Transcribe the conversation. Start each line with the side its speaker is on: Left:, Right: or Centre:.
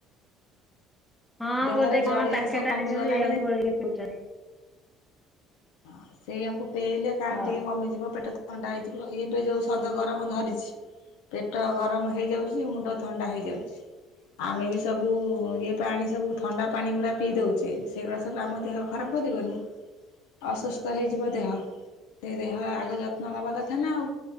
Centre: ହଁ
Left: ଦେହରେ
Centre: ଗୋଟେ କଣ
Left: ଜଳୀୟ
Centre: ପ୍ୟାକେଟ
Left: ଅଂଶ କମିଗଲାଣି
Centre: ଆଣିଛନ୍ତି ଏଇଆକୁ ଗୋଳେଇକି ପିଉଛନ୍ତି।
Left: ହଁ ସେଇଆକୁ ପିଏଇଲେ କାଳେ
Centre: ହଉ।
Left: ଟିକେ କମିଯିବ ପେଟ ତ୍ ଥଣ୍ଡା ହେଇଯିବ ଇଏବେ ଯୋଉ ସଦ ଗରମ ଧରିଛି। ପେଟ ଗରମ ହେଇଯାଉଛି ମୁଣ୍ଡ ଥଣ୍ଡା ହେଇଯାଉଛି ଆମେ ବି ତବୁ ଇଏ ପାଣି ସବୁ ଥଣ୍ଡା ପାଣି ଗୁରା ପିଇ ଦଉଛେ ସେଗୁଡ଼ା ସବୁ ଆମ ଦେହ ଖରାପ କରିବନି ଅସୁସ୍ ତ ହେଇଯିବ ଦେହ ତେ ଦେହ ଆଗ ଯତ୍ନ ନବା କଥା ନା ଆଉ।